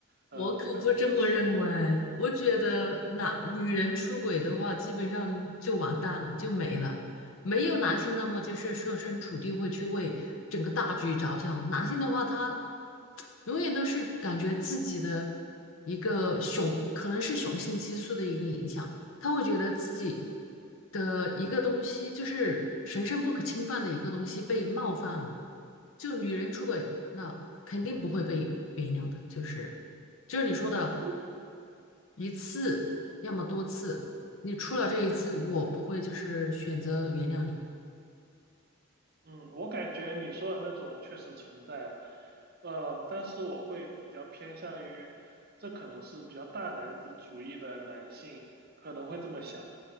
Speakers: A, on the left; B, on the right.
A: 我可不这么认为，
B: 呃，可能就是
A: 我觉得男女人出轨的话，
B: 啊，
A: 基本上就完蛋了，就没了。没有男性那么就是设身处地会去为整个大局着想，男性的话他永远都是感觉自己的一个雄，可能是雄性激素的一个影响，他会觉得自己的一个东西，就是神圣不可侵犯的一个东西被冒犯了。就女人出轨，
B: 嗯，
A: 那肯定不会被原谅的，就是就是你说的
B: 我
A: 一次，
B: 嗯
A: 要么多次，你出了这一次，
B: 嗯。
A: 我不会就是选择原谅你。
B: 嗯，我感觉你说的那种确实存在的，呃，但是我会比较偏向于，这可能是比较大男子主义的男性可能会这么想，